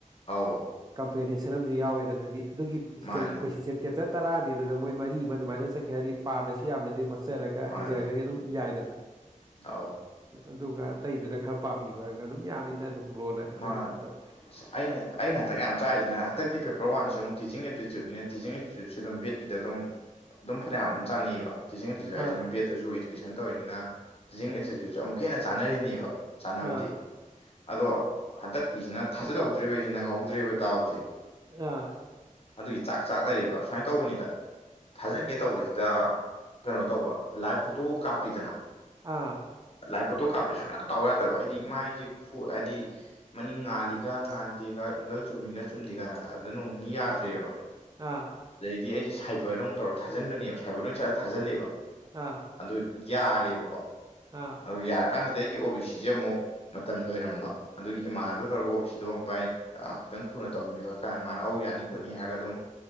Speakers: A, on the left; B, on the right.
A: ꯑꯥꯎ
B: ꯀꯝꯄ꯭ꯂꯦꯟ ꯍꯦꯟꯁꯟ ꯑꯃꯁꯨ ꯌꯥꯎꯔꯦꯗꯅ ꯍꯥꯏꯗꯤ ꯑꯗꯨꯒꯤ
A: ꯃꯥꯅꯤ
B: ꯆꯦꯞꯇꯔ ꯇꯔꯥꯗꯤ ꯑꯗꯨꯗ ꯃꯣꯏ ꯃꯔꯤ ꯑꯃ ꯑꯗꯨꯃꯥꯏꯅ ꯆꯠꯀꯦ ꯍꯥꯏꯔꯗꯤ ꯄꯥꯗꯁꯨ ꯌꯥꯝꯠꯅꯤ ꯍꯣꯠꯆꯔꯒ
A: ꯃꯥꯅꯤ
B: ꯍꯩꯖꯔꯒꯗꯤ ꯑꯗꯨꯝ ꯌꯥꯏꯗꯅ
A: ꯑꯧ
B: ꯑꯗꯨꯒ ꯑꯇꯩꯗꯨꯅ ꯈꯔ ꯄꯥꯕꯤꯔꯒ ꯑꯗꯨꯝ ꯌꯥꯅꯤꯗ ꯑꯗꯨꯝ ꯕ꯭ꯔꯣꯅ ꯑꯩꯈꯣꯏ
A: ꯃꯥ
B: ꯃꯇꯝ
A: ꯑꯩꯅ ꯑꯩꯅ ꯍꯟꯇꯛ ꯌꯥꯝ ꯆꯥꯛꯏꯁꯤꯅ ꯍꯟꯗꯛꯇꯤ ꯄꯦꯄꯔ ꯋꯥꯟꯁꯤ ꯌꯦꯡꯉꯨ ꯏꯟꯁꯇꯤꯇ꯭ꯌꯨꯠꯅꯤꯅ ꯇꯤꯆꯤꯡ ꯑꯦꯕꯇꯤꯌꯨꯠꯁꯨ ꯑꯗꯨꯝ ꯕꯠꯀꯤꯗ ꯑꯗꯨꯝ ꯑꯗꯨꯝ ꯐꯅꯌꯥꯝ ꯑꯗꯨꯝ ꯆꯥꯅꯩꯌꯦꯕ ꯇꯤꯆꯤꯡ ꯑꯦꯕꯇꯤꯇ꯭ꯌꯨꯠ
B: ꯑꯥ
A: ꯍꯥꯏꯁꯤꯖꯤ ꯑꯗꯨꯝ ꯕꯦꯗꯠꯇꯁꯨ ꯏꯗꯨꯀꯦꯁꯟ ꯇꯧꯔꯤꯅꯤꯅ ꯇꯤꯆꯤꯡ ꯑꯦꯕꯇꯤꯇ꯭ꯌꯨꯠꯁꯦ ꯑꯃꯨꯛꯀ ꯍꯦꯟꯅ ꯆꯥꯅꯔꯤꯅꯦꯕ ꯆꯥꯅꯕꯗꯤ
B: ꯑꯥ
A: ꯑꯗꯣ ꯍꯟꯗꯛꯀꯤꯁꯤꯅ ꯊꯥꯖꯤꯜꯍꯧꯗ꯭ꯔꯦꯕ ꯑꯩꯁꯦ ꯅꯪꯍꯧꯗ꯭ꯔꯦꯕ ꯗꯥꯎꯁꯦ
B: ꯑꯥ
A: ꯑꯗꯨꯒꯤ ꯆꯥꯛ ꯆꯥꯛ ꯂꯩꯔꯤꯕ ꯁꯨꯃꯥꯏꯅ ꯇꯧꯕꯅꯤꯗ ꯊꯥꯖꯤꯟꯒꯦ ꯇꯧꯕꯁꯤꯗ ꯀꯩꯅꯣ ꯇꯧꯕ ꯂꯥꯏꯚ ꯐꯣꯇꯣ ꯀꯥꯞꯄꯤꯗꯅ
B: ꯑꯥ
A: ꯂꯥꯏ ꯐꯣꯠꯇꯣ ꯀꯥꯞꯄꯁꯦ ꯁꯨꯛꯇꯥ ꯇꯥꯎ ꯌꯥꯗꯕ ꯍꯥꯏꯗꯤ ꯃꯥꯏꯁꯦ ꯈꯨ ꯍꯥꯏꯗꯤ ꯃꯅꯤꯡ ꯉꯥꯜꯂꯤꯒ ꯉꯥꯟꯗꯦꯒ ꯑꯦꯡꯒꯜ ꯆꯨꯝꯃꯤꯒ ꯆꯨꯝꯗꯦꯒ ꯑꯗꯨꯗ ꯅꯣꯡ ꯅꯤꯅꯤ ꯌꯥꯗ꯭ꯔꯦꯕ
B: ꯑꯥ
A: ꯑꯗꯨ ꯑꯩꯁꯦ ꯁꯥꯏꯕꯔꯗ ꯇꯧꯔ ꯊꯥꯖꯟꯕꯅꯦꯕ ꯁꯥꯏꯕꯔꯗ ꯑꯣꯏꯅ ꯆꯠꯂ ꯊꯥꯖꯜꯂꯦꯕ
B: ꯑꯥ
A: ꯑꯗꯨ ꯌꯥꯔꯦꯕꯀꯣ
B: ꯑꯥ
A: ꯑꯗꯨ ꯌꯥ ꯀꯥꯟꯁꯤꯗ ꯑꯩꯒꯤ ꯑꯣ ꯕꯤ ꯁꯤꯁꯦ ꯑꯃꯨꯛ ꯃꯇꯝ ꯂꯣꯏꯔꯝꯕ ꯑꯗꯨꯒꯤ ꯏꯃꯥꯟꯅꯕꯗ ꯇꯧꯔꯒ ꯑꯣꯕꯤ ꯁꯤꯗꯣ ꯚꯥꯏ ꯈꯤꯇꯪ ꯊꯨꯅ ꯇꯧꯍꯟꯕꯤꯌꯨ ꯍꯥꯏ ꯀꯥꯟꯗ ꯃꯥꯅ ꯑꯧ ꯌꯥꯅꯤ ꯈꯣꯠꯅꯤ ꯍꯥꯏꯔꯒ ꯑꯗꯨꯝ